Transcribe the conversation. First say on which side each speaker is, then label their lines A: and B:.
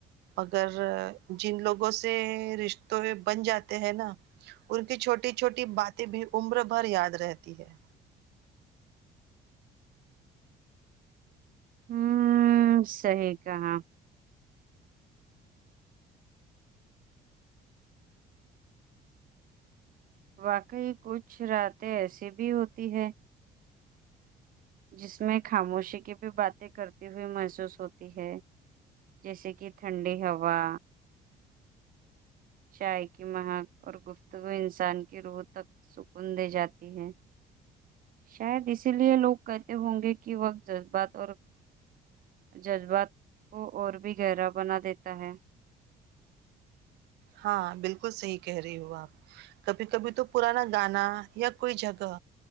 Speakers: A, on the right (about 80°); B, on the right (about 55°).
A: اگر جن لوگوں سے رشتوں میں بن جاتے ہیں نا ان کی چھوٹی چھوٹی باتیں بھی عمر بھر یاد رہتی ہے
B: ہوں صحیح کہا واقع ہی کچھ راتیں ایسی بھی ہوتی ہے جس میں خاموشی کی بھی باتیں کرتے ہوئے محسوس ہوتی ہے جیسے کہ ٹھنڈی ہوا چائے کی مہک اور گفتگو انسان کی روح تک سکون دے جاتی ہے شاید اسی لیے لوگ کہتے ہوں گے کہ وقت جذبات اور جذبات کو اور بھی گہرا بنا دیتا ہے
A: ہاں بالکل صحیح کہہ رہی ہو آپ کبھی کبھی تو پرانا گانا یا کوئی جگہ